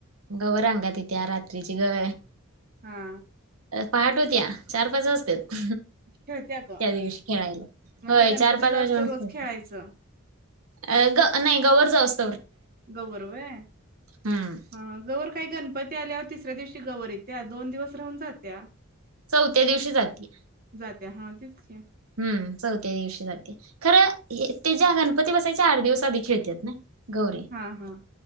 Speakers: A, on the right; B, on the right.
A: गवर अंगात येत्या रात्रीची ग.
B: हा.
A: पहाट होत्या चार पाच वाजत्यात.
B: खेळत्यात
A: त्या दिवशी खेळायला
B: म्हणजे
A: होय
B: गणपतीचा
A: चार पाच वाजेपर्यंत
B: असतो रोज
A: खेळतात.
B: खेळायचं.
A: अ ग नाही गवर जाऊस
B: गवर व्हय
A: हम्म.
B: हा गौर काय गणपती आल्यावर तिसऱ्या दिवशी शी गवर येत्या दोन दिवस राहून जात्या.
A: चौथ्या दिवशी जाती.
B: जात्या हा तेच की
A: हम्म चौथ्या दिवशी जाते खरं हे ते ज्या गणपती बसायच्या आठ दिवस आधी खेळत्यात ना. गौरी.
B: हा हा.